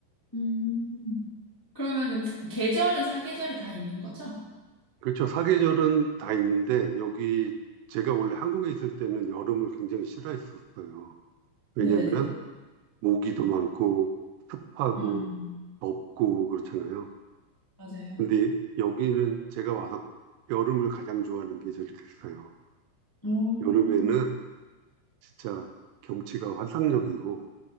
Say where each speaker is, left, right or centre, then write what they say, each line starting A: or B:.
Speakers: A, on the left (about 15°); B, on the right (about 80°).
A: 음, 그러면은 사- 계절은 사계절이 다 있는 거죠?
B: 그렇죠. 사계절은 다 있는데 여기 제가 원래 한국에 있을 때는 여름을 굉장히 싫어했었어요. 왜냐면
A: 네네.
B: 모기도 많고 습하고
A: 음,
B: 덥고 그렇잖아요.
A: 맞아요.
B: 근데 여기는 제가 와서 여름을 가장 좋아하는 계절이 됐어요.
A: 오,
B: 여름에는 진짜 경치가 환상적이고